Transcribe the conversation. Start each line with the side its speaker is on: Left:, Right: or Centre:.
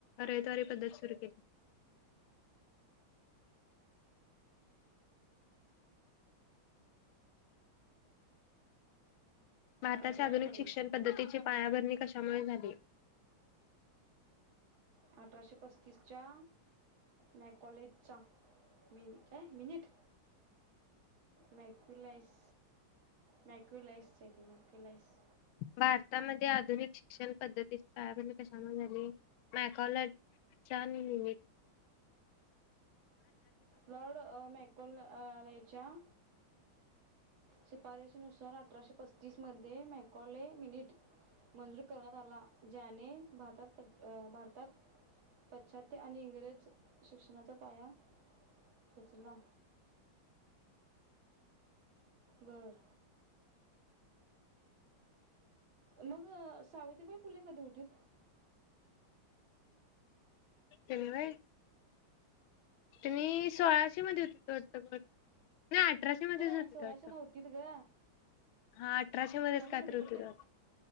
Left: रयतवारी पद्धत सुरू केली. भारताचे
Right: मद्रासमध्ये
Left: आधुनिक शिक्षण पद्धतीचे पाया भरणी कशामुळे झाली?
Right: अठराशे पस्तीसच्या मॅकॉलेजचा मी काय मिनिट मॅक्युलाईस मॅक्युलाइस हाय ते मॅक्युलाईस.
Left: भारतामध्ये आधुनिक शिक्षण पद्धतीत पाया भरणी कशामुळे झाली? मॅकाॅलॉजीच्या निमि
Right: लॉर्ड अ मॅको अ लेच्या शिफारशीनुसार अठराशे पस्तीस मध्ये माय कॉले मिनिट मंजूर करण्यात आला ज्याने भारतात प्र अ भारतात पाश्चात्य आणि इंग्रज शिक्षणाचा पाया रचला. बर. मग सावित्रीबाई फुले कधी होतीत?
Left: तेनी व्हय तुम्ही सोळाशे मध्ये होतीत वाटत बघ. नाही अठराशे मध्येच
Right: हे
Left: होतीत
Right: सोळाशे
Left: वाटत
Right: ला होतीत ग
Left: हां अठराशे मध्येच
Right: सोळाशे
Left: काय
Right: मध्ये
Left: तर
Right: कुठं
Left: होतीत वाटत